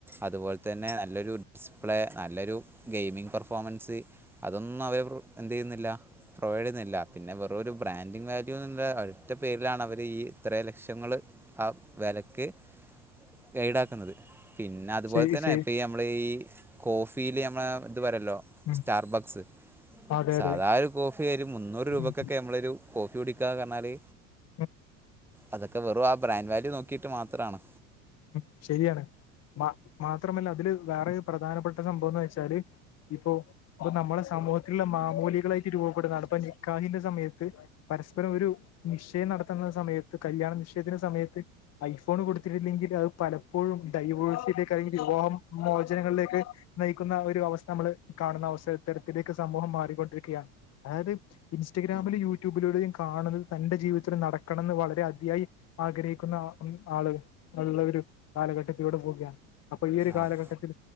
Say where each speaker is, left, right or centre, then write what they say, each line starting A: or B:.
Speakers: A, in the centre; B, on the left (about 40°).
A: അതുപോലെ തന്നെ നല്ലൊരു ഡിസ്പ്ലേ നല്ലൊരു ഗെയിമിംഗ് പെർഫോമൻസ് അതൊന്നും അവെയേ ബ്രോ എന്തു ചെയ്യുന്നില്ല പ്രൊവയിഡ്ചെയ്യുന്നില്ല. പിന്നെ വെറു ഒരു ബ്രാൻഡിങ് വാല്യൂ എന്ന ഒറ്റ പേരിലാണ് അവർ ഈ ഇത്രയും ലക്ഷങ്ങൾ ആ വെലക്ക് ഗൈഡ് ആക്കുന്നത് പിന്നെ അതുപോലെ
B: ശരി
A: തന്നെ
B: ശരി
A: ഇപ്പ ഈ നമ്മള്ഈ കോഫ് ഫീല് ഞമ്മള ഇതു പറയല്ലോ
B: ഉം
A: സ്റ്റാർ ബ്ലക്സ്
B: അതെ
A: സാധാ
B: അതെ
A: ഒരു കോഫി ഒരു മുന്നൂറ് രൂപക്കൊക്കെ
B: ഉം
A: നമ്മളൊരു കോഫി കുടിക്കന്ന് പറഞ്ഞാല്
B: ഉം
A: അതൊക്കെ വെറും ആ ബ്രാൻഡ് വല്യു നോക്കിട്ട് മാത്രമാണ്.
B: ഉം. ശരിയാണ് മാ മാത്രമല്ല അതില് വേറെ പ്രധാനപ്പെട്ട സംഭവം ന്ന് വെച്ചാല് ഇപ്പൊ ഇപ്പൊ നമ്മടെ സമൂഹത്തിലുള്ള മാമൂലികളായിട്ട് രൂപപ്പെടുന്നതാണ് ഇപ്പൊ നിക്കാഹിന്റെ സമയത്ത് പരസ്പരം ഒരു നിശ്ചയം നടത്തുന്ന സമയത്ത് കല്യാണ നിശ്ചയത്തിന്റെ സമയത്ത് ഐഫോൺ കൊടുത്തിട്ടില്ലെങ്കില് അത് പലപ്പോഴും ഡൈവേഴ്സിയിലേക്ക് അല്ലെങ്കിൽ വിവാഹം മോചനങ്ങളിലേക്ക് നയിക്കുന്ന ഒരു അവസ്ഥ നമ്മള് കാണുന്ന അവസ്ഥ ഇത്തരത്തിലേക്ക് സമൂഹം മാറിക്കൊണ്ടിരിക്കുകയാണ്. അതായത് ഇൻസ്റ്റഗ്രാമിലും യൂട്യൂബിലൂടെയും കാണുന്നത് തന്റെ ജീവിതത്തിൽ നടക്കണംന്ന് വളരെ അതിയായി ആഗ്രഹിക്കുന്ന ആള് ഉള്ളൊരു കാലഘട്ടത്തിലൂടെ പോവുകയാണ്. അപ്പൊ ഈ ഒരു കാലഘട്ടത്തിൽ
A: അത്